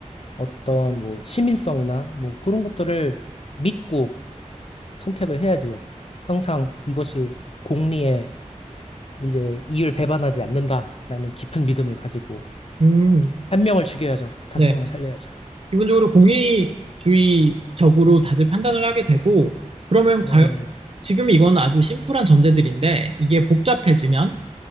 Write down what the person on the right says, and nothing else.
음,
네.
기본적으로 공리주의적으로 다들 판단을 하게 되고, 그러면
과연 지금 이건 아주 심플한 전제들인데, 이게 복잡해지면